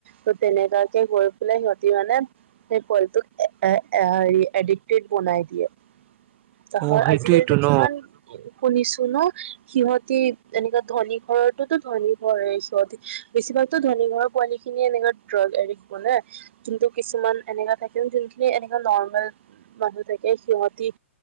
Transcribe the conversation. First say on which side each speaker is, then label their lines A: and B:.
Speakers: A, on the right; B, on the right.
A: ত তেনেকোৱাকে গৈ পেলাই সিহঁতি মানে সেই পোৱালিটোক এ-এ-এ-এডিক্টেড বনাই দিয়ে। তহৰ
B: অ' সেইটোয়েইটো
A: আজিকালিতো কিমান
B: ন
A: শুনিছো ন, সিহঁতি এনেকুৱা ধনী ঘৰত টোতো ধনী ঘৰত এই সদি, বেছিভাগতো ধনী ঘৰৰ পোৱালিখিনিয়ে এনেকে ড্ৰাগ এডিক্ট মানে। কিন্তু কিছুমান এনেকা থাকে যোনখিনি এনেকা নৰ্মেল মানুহ থাকে সিহতি